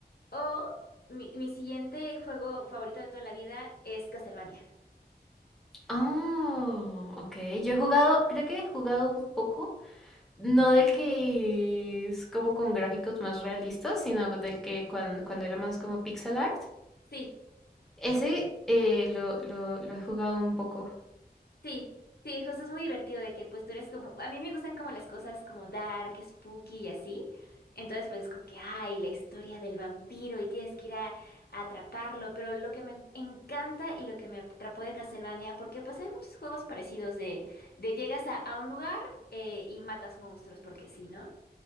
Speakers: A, on the left; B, in the centre.
A: O mi, mi siguiente juego favorito de toda la vida es Castlevania.
B: Oh, ok. Yo he jugado, creo que he jugado un poco. No del que es como con gráficos más realistas, sino del que cuan- cuando, era más como pixel art.
A: Sí,
B: Ese eh, lo, lo, lo he jugado un poco.
A: sí, sí, José, es muy divertido de que pues tú eres como, a mí me gustan como las cosas como dark, spooky y así. Entonces pues es como que, ay, la historia del vampiro y tienes que ir a, a atraparlo. Pero lo que me encanta y lo que me atrapó de Castlevania, porque pues hay muchos juegos parecidos de, de llegas a, a un lugar eh, y matas monstruos, porque sí, ¿no?